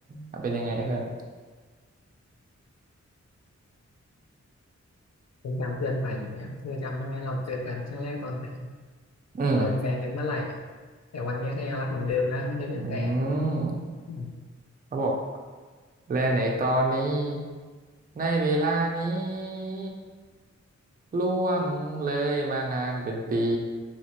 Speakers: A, on the right; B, on the left.
A: อ่ะเป็นยังไงเพื่อน
B: เป็นการเตือนฝ่ายหญิงนะเธอจำได้ไหมเราเจอกันครั้งแรกตอนไหน
A: อืม
B: เราเป็นแฟนกันเมื่อไหร่แต่วันเนี้ยก็ยังรักเหมือนเดิมนะไม่ได้เป็นแฟน
A: อืม
B: อืม
A: เขาบอกและในตอนนี้ในเวลานี้ล่วงเลยมานานเป็นปี